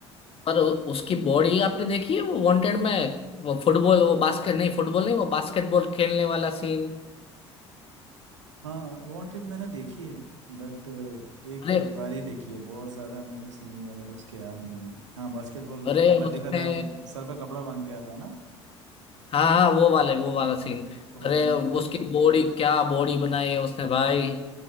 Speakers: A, on the left (about 40°); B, on the right (about 80°).
A: पर उ- उसकी बॉडी आपने देखी है वो वांटेड में वो फुटबॉल वो बास्केट नहीं फुटबॉल नहीं वो बास्केटबॉल खेलने वाला सीन
B: हाँ वांटेड मैंने देखी है बट एक
A: अरे
B: दो बार ही देखी है बहुत ज़्यादा मुझे सीन वगैरह उसके याद नहीं है हाँ बास्केटबॉल
A: अरे
B: वाला देखा
A: उसने
B: था सर पे कपड़ा बांध के आता है ना
A: हाँ हाँ वो वाले
B: हम्म,
A: वो वाला सीन
B: थोड़ा
A: अरे
B: सा मुझे
A: उसकी
B: याद है।
A: बॉडी क्या बॉडी बनाई है उसने भाई